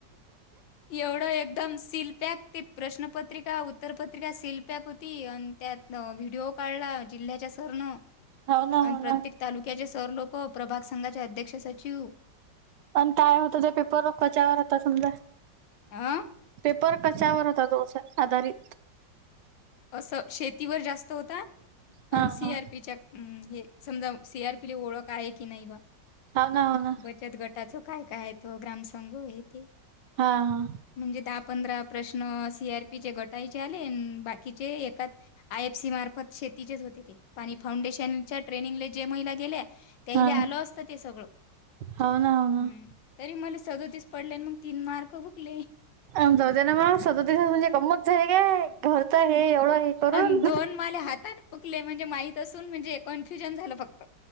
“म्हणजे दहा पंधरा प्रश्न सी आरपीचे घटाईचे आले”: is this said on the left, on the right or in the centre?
Left